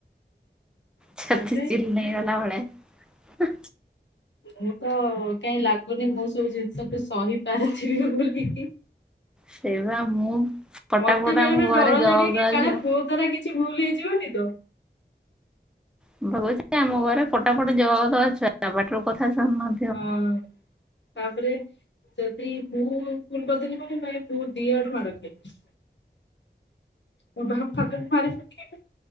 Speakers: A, on the left (about 85°); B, in the centre.
A: ତାପରେ
B: ଛାତି ଚିରି ନେଇଗଲା ଭଳିଆ
A: ମୁଁତ କାଇଁ ଲାଗୁନି ମୁଁ ସେଇ ଜିନିଷକୁ ସହି ପାରୁଥିବି ବୋଲିକି
B: ସେଇବା ମୁଁ ଫଟାଫଟ
A: ମତେ ବେଳେ
B: ଆମ
A: ବେଳେ
B: ଘରେ
A: ଡର
B: ଜବାବ
A: ଲାଗେକି
B: ଦବା
A: କାଳେ
B: ଝିଅ
A: ମୋ ଦ୍ୱାରା କିଛି ଭୁଲ ହେଇଯିବନିତ?
B: ମୁଁପା କଉଚି ଆମ ଘରେ ଫଟାଫଟ ଜବାବଦବା ଛୁଆଟା ପାଟିରୁ କଥା ଶନା
A: ହଁ ତାପରେ ଯଦି ମୁଁ ଭୁଲ୍ କରିଦେନି ମାନ ଭାଇ ମୁଦିଆଡ଼ୁ ମାଡ଼ ଖାଇବି। ମୋବାପାତ ମାରିପକେଇବେ